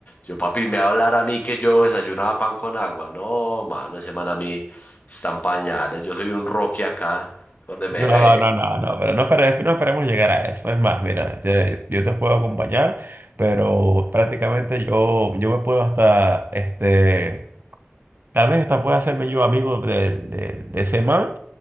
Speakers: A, on the left; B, on the right.
A: yo, papi, me va a hablar a mí que yo desayunaba pan con agua, no, mano, ese man a mí están pañales, yo soy un Rocky acá, donde me
B: No,
A: ve,
B: no, no, no, pero no, espere- no esperemos llegar a eso. Es más, mira, te- yo te puedo acompañar, pero prácticamente yo, yo me puedo hasta este, Tal vez esta pueda hacerme yo amigo de, de, de ese man